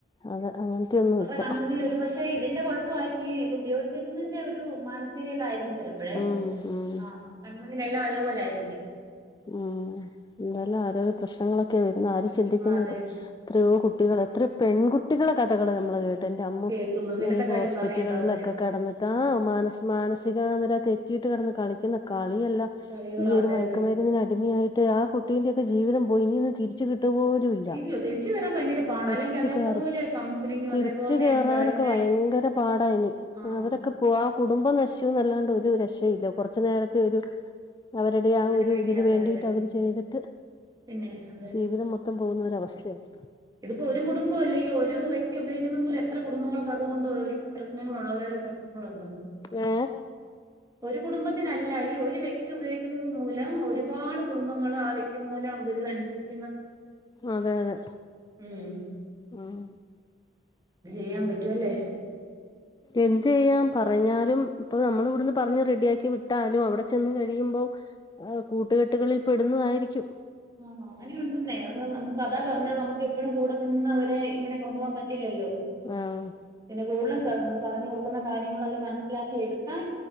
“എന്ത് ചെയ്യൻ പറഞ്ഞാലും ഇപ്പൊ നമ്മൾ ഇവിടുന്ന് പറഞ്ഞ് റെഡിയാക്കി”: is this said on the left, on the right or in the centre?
Left